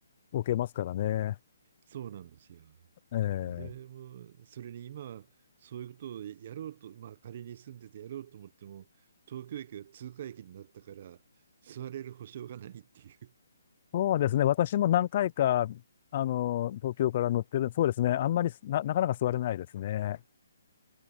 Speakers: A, on the left (about 40°); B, on the right (about 40°).
A: 置けますからね。
B: そうなんですよ。
A: ええ
B: あれも、それに今、そういうことをやろうと、まあ仮に住んでてやろうと思っても、東京駅が通過駅になったから、座れる保証がないっていう。
A: そうですね。私も何回か、あの、東京から乗ってる。そうですね。あんまりな、なかなか座れないですね。